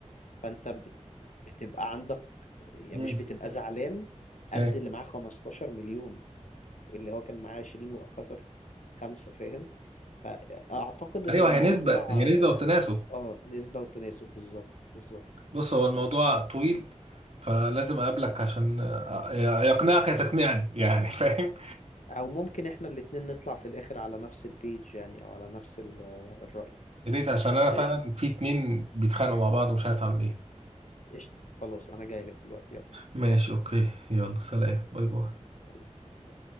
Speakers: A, on the left; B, on the right.
A: فانت بت- بتبقى عندك يعني
B: مم.
A: مش بتبقى زعلان
B: فاهم.
A: قد اللي معاه 15 مليون اللي هو كان معاه 20 وخسر خمسة فاهم فأعتقد إن
B: ايوه
A: الموضوع
B: هي نسبة هي نسبة
A: آه
B: وتناسب
A: آه، نسبة وتناسب بالظبط بالظبط
B: بص هو الموضوع طويل فلازم اقابلك
A: مم.
B: عشان آه، يقنعك
A: قشطة
B: يا تقنعني يعني <laughs> فاهم
A: أو ممكن إحنا الاتنين نطلع في الآخر على نفس البيج يعني أو على نفس ال- الرأي
B: يا ريت عشان
A: بس
B: انا فعلا
A: قشطة
B: في اتنين بيتخانقوا مع بعض ومش عارف اعمل ايه
A: قشطة خلاص أنا جاي لك دلوقتي يلا
B: ماشي اوكي يلا سلام باي باي
A: سلام